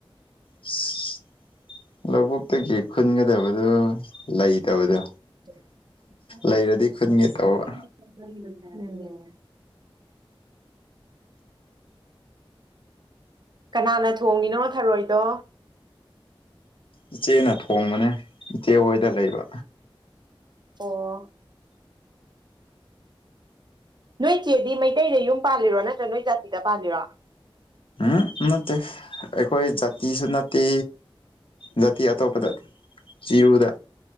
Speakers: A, on the left (about 70°); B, on the right (about 50°).
A: ꯑꯁ ꯂꯧꯕꯨꯛꯇꯒꯤ ꯈꯨꯟꯒꯗꯕꯗꯣ ꯂꯩꯇꯕꯗꯣ
B: <unintelligible>
A: ꯂꯩꯔꯗꯤ ꯈꯨꯟꯒꯦ ꯇꯧꯕ
B: ꯀꯅꯥꯅ ꯊꯣꯡꯉꯤꯅꯣ ꯊꯥꯔꯣꯏꯗꯣ
A: ꯏꯆꯦꯅ ꯊꯣꯡꯕꯅꯦ ꯏꯆꯦ ꯍꯣꯏꯗ ꯂꯩꯕ
B: ꯑꯣ ꯅꯣꯏ ꯆꯦꯗꯤ ꯃꯩꯇꯩꯗ ꯌꯨꯝ ꯄꯥꯜꯂꯤꯔꯣ ꯅꯠꯇ꯭ꯔꯥꯒ ꯅꯣꯏ ꯖꯥꯇꯤꯗ ꯄꯥꯜꯂꯤꯔꯣ
A: ꯎꯝ ꯅꯠꯇꯦ ꯑꯩꯈꯣꯏ ꯖꯥꯠꯇꯤꯁꯨ ꯅꯠꯇꯦ ꯅꯠꯇꯦ ꯑꯇꯣꯞꯄꯗ ꯆꯤꯔꯨꯗ